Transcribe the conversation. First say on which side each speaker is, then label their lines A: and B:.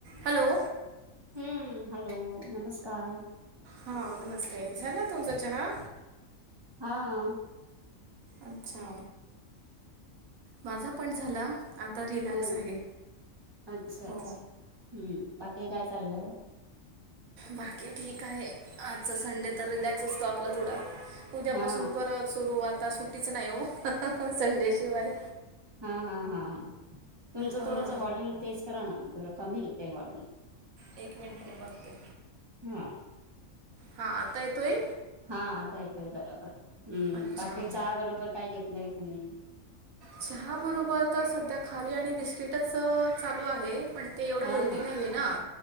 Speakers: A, on the right; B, on the right.
A: Hello,
B: हम्म. Hello नमस्कार.
A: हां.. नमस्ते झाला, तुमचा चहा.
B: हां..
A: अच्छा. माझा पण झाला, आता रिलॅक्स
B: हो
A: आहे
B: अच्छा
A: हो.
B: हम्म. बाकी काय चालय.
A: बाकी ठीक आहे आजचा संडे तर, रिलॅक्स असतो आपला थोडा उद्यापासून
B: हा
A: परत. सुरू आता सुट्टीच नाही ओ संडेशिवाय.
B: हा हा हा हा. तुमचं
A: हा
B: थोडस वॉल्यूम तेज करा ना, जरा कमी येत वॉल्यूम.
A: एक मिनट मी बघते.
B: हा.
A: हा, आता येतोय?
B: हा आता येतंय बरोबर, हम्म..
A: अच्छा
B: बाकी चहा बरोबर काय घेतलंय तुम्ही.
A: चहा बरोबर तर सध्या खारी आणि बिस्किटच चालू आहे. पण ते एवढं
B: हा
A: हेल्दी
B: हा
A: नाही आहे ना,